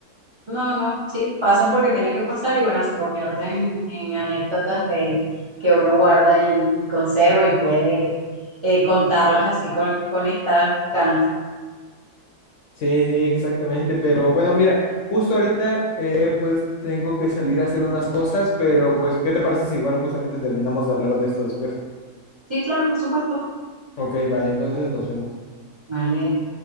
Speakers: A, on the right (about 50°); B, on the left (about 65°).
A: No, no, sí, pasan porque tienen que pasar y bueno, se convierten en, en anécdotas de que uno guarda y, y conserva y puede eh, contarlas así con, con estas ganas.
B: Sí, sí, exactamente, pero bueno, mira, justo ahorita eh, pues tengo que salir a hacer unas cosas, pero pues, ¿qué te parece si igual justamente terminamos de hablar de esto después?
A: Sí, claro, por supuesto.
B: Ok, vale, entonces nos vemos.
A: Vale,